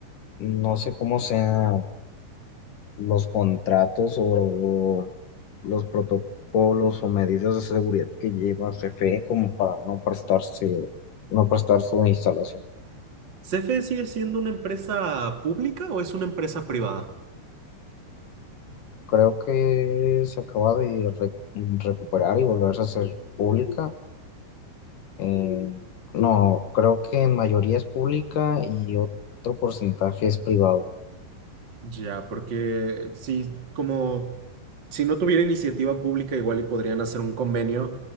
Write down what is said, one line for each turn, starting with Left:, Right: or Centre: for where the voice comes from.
Left: no sé cómo sean los contratos o los protocolos o medidas de seguridad que lleva CFE como para no prestarse, no prestar su instalación.
Right: ¿CFE sigue siendo una empresa pública o es una empresa privada?
Left: Creo que se acaba de re- recuperar y volverse a hacer pública. Eh, no, creo que en mayoría es pública y otro porcentaje es privado.
Right: Ya, porque si como si no tuviera iniciativa pública, igual y podrían hacer un convenio